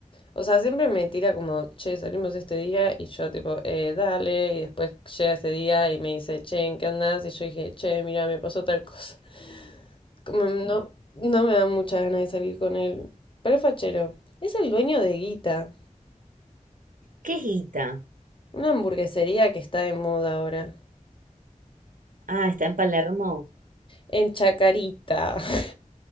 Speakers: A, on the left; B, on the right.
A: O sea, siempre me tira como, che, salimos este día, y yo tipo, eh, dale, y después llega ese día y me dice, che, ¿en qué andás? Y yo dije, che, mira, me pasó tal cosa. <laughs> Como no, no me da mucha ganas de salir con él. Pero es fachero. Es el dueño de Guita,
B: ¿Qué es Guita?
A: una hamburguesería que está de moda ahora,
B: Ah, está en Palermo.
A: en Chacarita. <laughs>